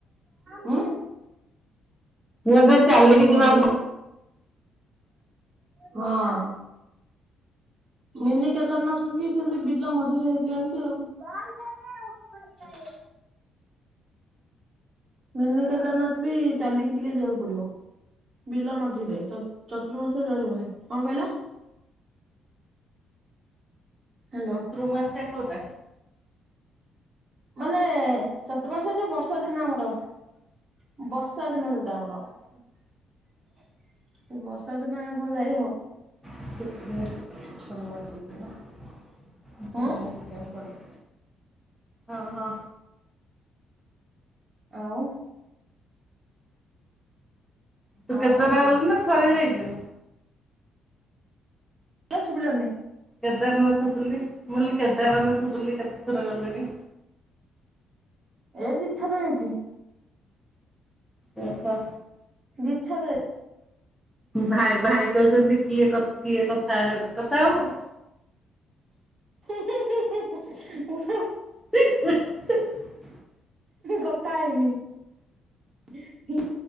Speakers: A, on the right; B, in the centre.
A: ହୁଁ
B: ମୁଁ ଏବେ ଚାଲିକି
A: କଣ
B: ଯିବାକୁ
A: କହିଲ? ହଁ ମିନି କେଦାରନାଥ ବି ସେମତି ବିଲ ମଝିରେ ହେଇଛନ୍ତି ଆଉ ମିନି କେଦାରନାଥ ବି ଚାଲିକି ଟିକେ ଯିବାକୁ ପଡିବ। ବିଲ ମଝିରେ ଚତୁର୍ମାସ୍ୟା <unintelligible> କଣ କହିଲ? ହ୍ୟାଲୋ
B: ର୍ମାସ୍ୟା କୋଉଟା?
A: ମାନେ ଚତୁର୍ମାସ ଯୋଉ ବର୍ଷା ଦିନ ଆମର ବର୍ଷା ଦିନ ଯୋଉଟା ଆମର। ଏଇ ବର୍ଷା ଦିନେ ଆଉ କଣ ଯାଇ ହବ।
B: <inaudible> ବିଜିନେସ ସେଇଥିପାଇଁ
A: ଉଁ
B: କରୁ ହଁ ହଁ।
A: ଆଉ
B: ତୁ
A: ଆଉ
B: କେତୋର
A: କଣ କୁହ?
B: ଗଲୁଣି ନା ଥରେ ଯାଇଚୁ? ଚି।
A: ଲା ଶୁବିଲାନି?
B: କେଦାରନାଥ ବୁଲି ମୁଁ କହିଲି କେଦାରନାଥ ବୁଲି କେତେଥର ଗଲିଣି।
A: ଏ ଦିଇ ଥର ଯାଇଚି।
B: ଓହୋ।
A: ଦିଇ ଥର ଯା
B: ଭାଇ ଭାଇ କୋହୁଚନ୍ତି କିଏ କଥ କିଏ କଥା ହେବେ କଥା ହୋବୁ
A: ହୁଁ ହୁଁ ହୁଁ ହୁଁ ହୁଁ ଉଁ ହୁଁ।
B: <unintelligible>
A: କଥା ହେଇନି। ହିଁ